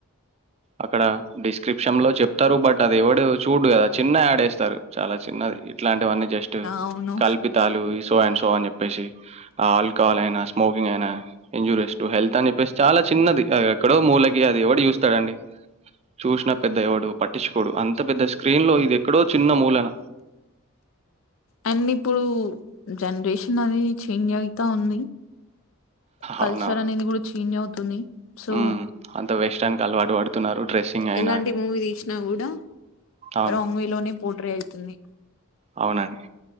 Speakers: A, on the right; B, on the left.
A: అక్కడ డిస్క్రిప్షన్ లో చెప్తారు బట్ అది ఎవడు చూడు కదా చిన్న యాడేస్తారు చాలా చిన్నది ఇట్లు ఇట్లాంటివన్నీ జస్ట్
B: అవును
A: కల్పితాలు సో అండ్ సో అని చెప్పేసి ఆల్కహాల్ అయినా స్మోకింగ్ అయినా ఇంజురీస్ టు హెల్త్ అని చెప్పేసి చాలా చిన్నది ఎక్కడో మూల ఈ అది ఎవడు చూస్తాడండి చూసిన పెద్ద ఎవడు పట్టించుకోడు అంత పెద్ద స్క్రీన్ లో ఇది ఎక్కడో చిన్న మూలన
B: అండ్ ఇప్పుడు జనరేషన్ అనీ చేంజ్ అయితా ఉంది కల్చర్
A: అవునా
B: అనేది కూడా చేంజ్ అవుతుంది సో
A: ఉమ్, అంత వెస్టర్న్కి అలవాటు పడుతున్నారు డ్రెస్సింగ్ అయినా
B: ఎలాంటి మూవీ తీసినా గుడా
A: అవును
B: రాంగ్ విలోనే పో పోట్రే అయితుంది
A: అవునండి